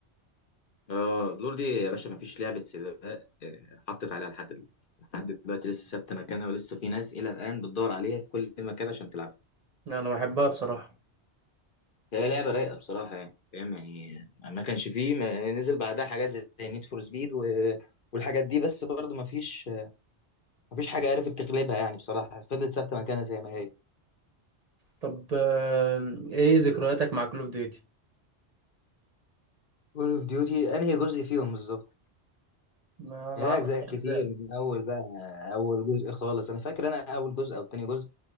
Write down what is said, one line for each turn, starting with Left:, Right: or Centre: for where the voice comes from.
Left: اه لور دي يا باشا ما فيش لعبه سباق آه، حطت عليها لحد دلوقتي لحد دلوقتي لسه ثابته مكانها ولسه في ناس الى الان بتدور عليها في كل مكان عشان تلعبها
Right: انا بحبها بصراحه
Left: هي لعبه رايقه بصراحه يعني فاهم يعني ما كانش فيه ما نزل بعدها حاجات زي نيد فور سبيد و... والحاجات دي بس برضه ما فيش مفيش حاجة عرفت تغلبها يعني بصراحة فضلت ثابتة مكانها زي ما هي
Right: طب آه، ايه ذكرياتك مع كول اوف ديوتي
Left: كول اوف ديوتي انهي جزء فيهم بالظبط
Right: ما ما
Left: يعني
Right: اعرفش
Left: لها اجزاء كتير
Right: أجزاء.
Left: من اول بقى اول جزء خالص انا فاكر انا اول جزء او تاني جزء